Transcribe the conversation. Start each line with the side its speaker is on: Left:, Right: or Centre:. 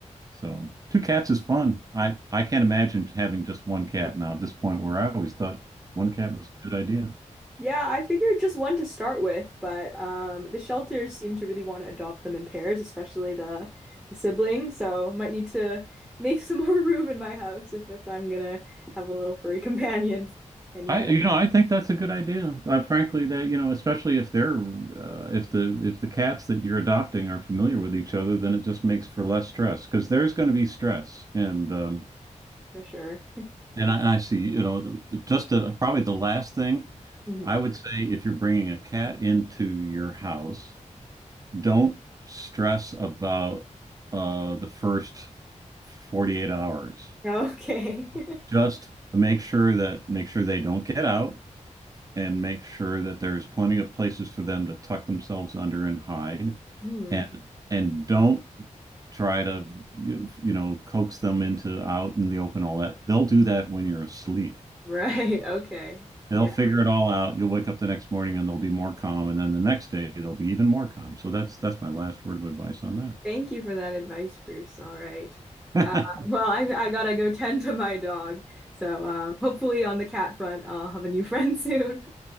Right: so two cats is fun. I I can't imagine having just one cat now at this point where I always thought one cat was a good idea.
Centre: Yeah, I figured just one to start with, but um, the shelters seem to really want to adopt them in pairs, especially the the siblings. So might need to make some <laughs> more room in my house if, if I'm gonna have a little furry <laughs> companion anytime
Right: I you know I think that's a good idea. Uh, frankly, that you know especially if they're uh, if the if the cats that you're adopting are familiar with each other, then it just makes for less stress because there's going to be stress and. Um,
Centre: for sure.
Right: And I, and I see, you know, the, the- just the, probably the last thing
Centre: Mhm.
Right: I would say if you're bringing a cat into your house, don't stress about uh, the first 48 hours.
Centre: Okay. <laughs>
Right: Just make sure that make sure they don't get out and make sure that there's plenty of places for them to tuck themselves under and hide.
Centre: Hmm.
Right: And and don't try to you know coax them into out in the open all that. They'll do that when you're asleep.
Centre: Right. Okay.
Right: They'll
Centre: Yeah.
Right: figure it all out. You'll wake up the next morning and they'll be more calm, and then the next day they'll be even more calm. So that's that's my last word of advice on
Centre: Thank you for that advice, Bruce. All right.
Right: that.
Centre: Uh,
Right: <laughs>
Centre: well, I I gotta go tend to my dog. So um, hopefully on the cat front, I'll have a new friend soon.